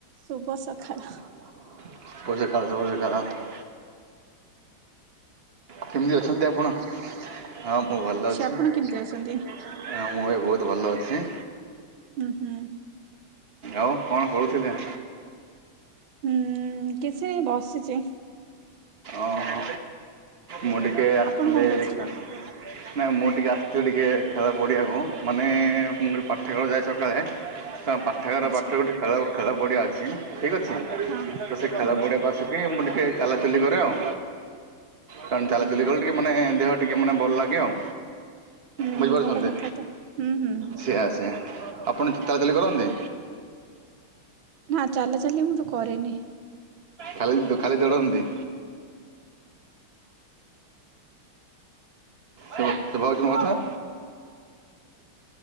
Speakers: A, on the right; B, on the right.
A: ଶୁଭ ସଖାଳ।
B: <unintelligible> କେମିତି ଅଛନ୍ତି ଆପଣ? ହଁ ମୁଁ ଭଲ ଅଛି।
A: ଆପଣ
B: ହଁ
A: କେମିତି ଅଛନ୍ତି?
B: ମୁଁ ବି ବହୁତ ଭଲ ଅଛି।
A: ହୁଁ ହୁଁ।
B: ଆଉ କଣ କରୁଥିଲେ?
A: ହୁଁ କିଛି ବସିଚି।
B: ଓହୋ ମୁଁ ଟିକେ ଆସିଥିଲି
A: ଆପଣ କଣ କରୁଥିଲେ?
B: ଏକା ନାଇ ମୁଁ ଟିକେ ଆସିଥିଲି ଟିକେ ଖେଳ ପଡ଼ିଆ କୁ ମାନେ ମୁଁ ଖେଳ ଯାଏ ସକାଳେ ତା ପାଠାଗାର
A: ଆଚ୍ଛା
B: ପାଖରେ ଗୋଟେ ଖେଳ ଖେଳ ପଡ଼ିଆ ଅଛି ଠିକ୍ ଅଛି
A: ହଁ
B: ତ ସେ ଖେଳ
A: ହୁଁ
B: ସେଠି ମୁଁ ଟିକେ ଚାଲାଚୁଲି କରେ ଆଉ କାରଣ
A: ହୁଁ
B: ଚାଲାଚୁଲି
A: ହୁଁ ହୁଁ
B: କଲେ ଟିକେ ମାନେ ଦେହ ଟିକେ ମାନେ ଭଲ ଲାଗେ ଆଉ
A: ହୁଁ
B: ବୁଝିପାରୁଛନ୍ତି
A: ଭଲ କଥା ତ ହୁଁ ହୁଁ ହୁଁ
B: ସେଇଆ ସେଇଆ। ଆପଣ ଚାଲାଚାଲି କରନ୍ତି?
A: ନା ଚାଲାଚାଲି ମୁଁ ତ କରେନି।
B: ଖାଲି ଖାଲି ଦୌଡନ୍ତି। ସୁଭା ହଉଛି ମୋ କଥା?